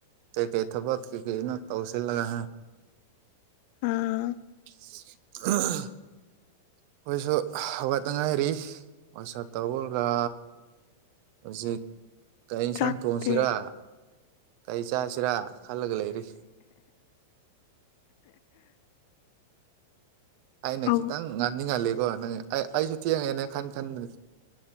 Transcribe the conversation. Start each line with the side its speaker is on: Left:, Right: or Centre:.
Right: ꯀ ꯀꯩ ꯊꯕ ꯀ ꯀ ꯇꯧꯦ ꯂꯒ
Left: ꯎꯝ
Right: <unintelligible> ꯑꯩꯈꯣꯏꯁꯨ ꯍꯧꯒꯠꯅꯤꯡꯉꯥꯏꯔꯤ ꯋꯥꯆꯞ ꯇꯧꯔꯔꯒ ꯍꯧꯖꯤꯛ ꯀꯛ ꯌꯦꯟꯁꯥꯡ
Left: ꯆꯥꯛꯇꯤ
Right: ꯊꯣꯡꯁꯤꯔꯥ ꯀꯔꯤ ꯆꯥꯁꯤꯔꯥ ꯍꯜꯂꯒ ꯂꯩꯔꯤ ꯑꯩꯅ
Left: ꯍꯧ
Right: ꯈꯤꯇꯪ ꯉꯥꯡꯅꯤꯡꯉꯜꯂꯦꯀꯣ ꯅꯪ ꯑꯩ ꯑꯩꯁꯨ ꯊꯦꯡꯉꯦꯅꯦ ꯈꯟ ꯈꯟꯗ